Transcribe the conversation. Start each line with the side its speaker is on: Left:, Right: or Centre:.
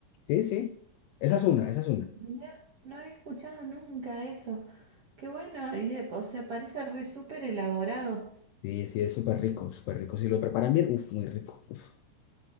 Left: Sí, sí. Esa es una, esa es una.
Right: Mira, no había escuchado nunca eso. Qué bueno, y, eh, o sea, parece re súper elaborado.
Left: Sí, sí, es súper rico, súper rico. Si lo preparan bien, uff, muy rico. Uf.